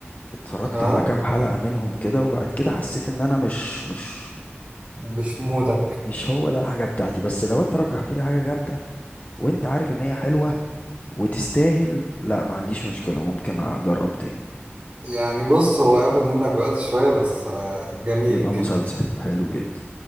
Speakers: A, on the left (about 35°); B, on the right (about 30°).
A: اتفرجت
B: اه
A: على كام حلقة منهم كده وبعد كده حسيت ان انا مش مش
B: مش مودك
A: مش هو ده الحاجة بتاعتي بس لو انت رجحت لي حاجة جامدة وانت عارف ان هي حلوة وتستاهل لا ما عنديش مشكلة ممكن اجرب تاني
B: يعني بص هو هياخد منك وقت شوية بس آه، جميل
A: يبقى
B: جدا
A: مسلسل حلو جدا